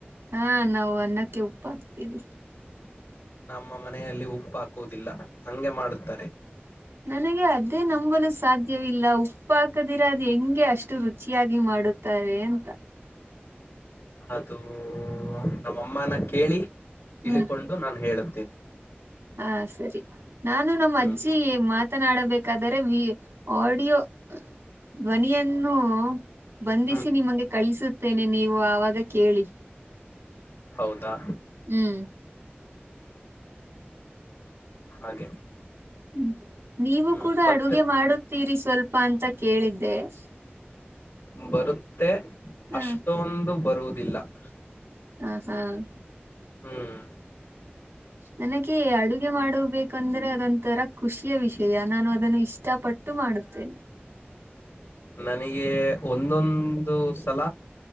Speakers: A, on the right (about 80°); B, on the left (about 80°).
A: ಹಾ, ನಾವು ಅನ್ನಕ್ಕೆ ಉಪ್ಪು ಹಾಕ್ತೀವಿ.
B: ನಮ್ಮ ಮನೆಯಲ್ಲಿ ಉಪ್ಪು ಹಾಕುವುದಿಲ್ಲ ಹಂಗೆ ಮಾಡುತ್ತಾರೆ.
A: ನನಗೆ ಅದೇ ನಂಬಲು ಸಾಧ್ಯವಿಲ್ಲ ಉಪ್ಪುಹಾಕದಿರ ಅದು ಹೆಂಗೆ ಅಷ್ಟು ರುಚಿಯಾಗಿ ಮಾಡುತ್ತಾರೆ ಅಂತ.
B: ಅದು ನಮ್ಮಅಮ್ಮನ ಕೇಳಿ ತಿಳ್ಕೊಂಡು
A: ಹ್ಮ್
B: ನಾನು ಹೇಳುತ್ತೇನೆ.
A: ಹಾ, ಸರಿ ನಾನು ನಮ್ಮ್
B: ಹ್ಮ್
A: ಅಜ್ಜಿ ಮಾತನಾಡಬೇಕಾದರೆೆ ಆಡಿಯೋ- ಧ್ವನಿಯನ್ನು ಬಂಧಿಸಿ
B: ಹ್ಮ್
A: ನಿಮಗೆ ಕಳಿಸುತ್ತೇನೆ ನೀವು ಅವಾಗ ಕೇಳಿ.
B: ಹೌದಾ.,
A: ಹ್ಮ್,
B: ಹಾಗೆ-
A: ಹ್ಮ, ನೀವು
B: ಹ್ಮ್
A: ಕೂಡ
B: ಮತ್ತೆ
A: ಅಡುಗೆ ಮಾಡುತ್ತೀರಿ ಸ್ವಲ್ಪ ಅಂತ ಕೇಳಿದ್ದೆ, -
B: ಬರುತ್ತೆ,
A: ಹ
B: ಅಷ್ಟೊಂದು ಬರುವುದಿಲ್ಲ -
A: ಹ ಹಾ <unintelligible>
B: ಹ್ಮ್,
A: ನನಗೆ ಅಡುಗೆ ಮಾಡಬೇಕಂದ್ರೆ ಅದೊಂತರ ಖುಷಿಯ ವಿಷಯನಾನು ಅದನ್ನು ಇಷ್ಟಪಟ್ಟ ಪಟ್ಟು ಮಾಡುತ್ತೇನೆ.
B: ನನಗೆ ಒಂದೊಂದು ಸಲ